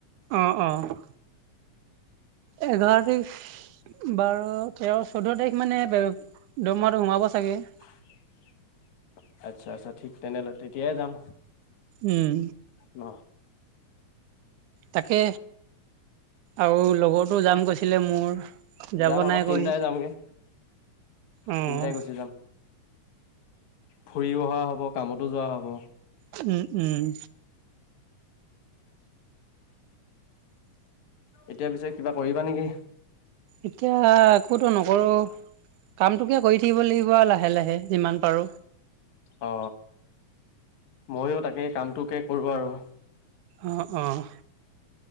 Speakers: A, on the right; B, on the left.
A: অ', অ', এঘাৰ তাৰিখ বাৰ, তেৰ, চৈধ্য তাৰিখ মানে দৰমাহটো সোমাব চাগে।
B: <inaudible> আচ্ছা-আচ্ছা ঠিক তেনেহ'লে তেতিয়াই যাম
A: উম
B: ন।
A: তাকে আৰু লগৰতো যাম কৈছিলে মোৰ। যাব
B: যাম আকৌ
A: নাই
B: তিনিটাই
A: কৈ
B: যামগে।
A: অ'
B: তিনিটাই গুচি যাম ফুৰিও অহা হব, কামতো যোৱা হব।
A: উম-উম।
B: এতিয়া পিছে কিবা কৰিবা নেকি?
A: এতিয়া একোতো নকৰো। কামটোকে কৰি থাকিব লাগিব আৰু লাহে-লাহে যিমান পাৰো।
B: অ, ময়ো তাকে কামটোকে কৰো আৰু।
A: অ', অ',